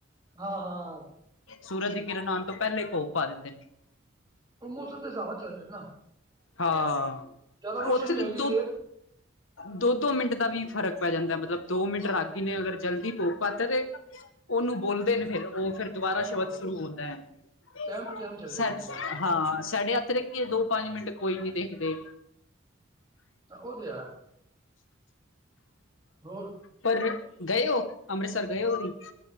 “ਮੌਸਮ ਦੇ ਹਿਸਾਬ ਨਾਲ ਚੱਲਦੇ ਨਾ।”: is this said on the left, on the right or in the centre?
Right